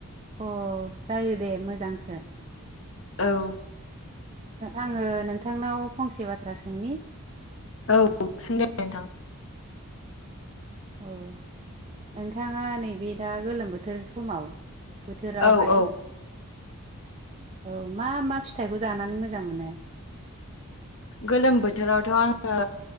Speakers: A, on the right (about 25°); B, on the left (about 60°).
A: अ जायो दे मोजांसो
B: औ
A: आङो नोंथांनाव फंसे बाथ्रा सोंनि?
B: औ सोंदो नोंथां
A: औ नोंथाङा नैबे दा गोलोम बोथोर समाव बोथोरावहाय
B: औ औ
A: औ मा मा फिथ थाइखौ जानानै मोजां मोनो?
B: गोलोम बोथोरावथ' आङो